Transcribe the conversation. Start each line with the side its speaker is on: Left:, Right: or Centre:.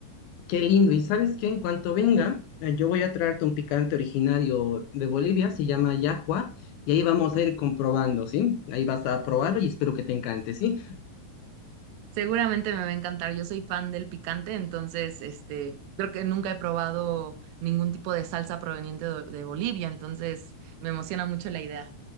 Left: qué lindo. ¿Y sabes qué? En cuanto venga, eh, yo voy a traerte un picante originario de Bolivia, se llama yahua, y ahí vamos a ir comprobando, ¿sí? Ahí vas a probarlo y espero que te encante, ¿sí?
Right: Seguramente me va a encantar. Yo soy fan del picante, entonces, este, creo que nunca he probado ningún tipo de salsa proveniente de, de Bolivia, entonces me emociona mucho la idea.